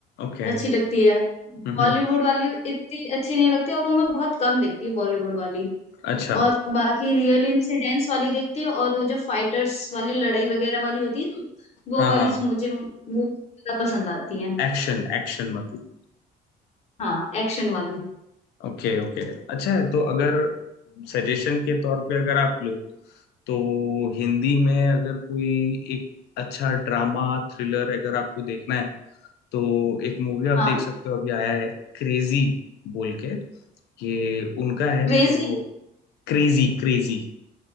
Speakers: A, on the left; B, on the left.
A: ओके
B: अच्छी लगती है
A: हम्म
B: बॉलीवुड वाली इतनी अच्छी नहीं लगती और वो मैं बहुत कम देखती हूँ बॉलीवुड वाली
A: अच्छा
B: और बाकी रियल इंसिडेंट्स वाली देखती हूँ और वो जो फाइटर्स वाली लड़ाई वगैरह वाली होती है ना वो
A: हाँ
B: वाली
A: हाँ
B: मुझे मूवी ज्यादा पसंद आती है
A: एक्शन एक्शन मतलब
B: हाँ एक्शन वाली
A: Okay okay अच्छा है तो अगर सजेशन के तौर पे अगर आप लो तो हिंदी में अगर कोई एक अच्छा ड्रामा थ्रिलर अगर आपको देखना है तो एक मूवी आप
B: हाँ
A: देख सकते हो अभी आया है क्रेजी बोल के ये उनका है
B: क्रेजी
A: जो क्रेजी क्रेजी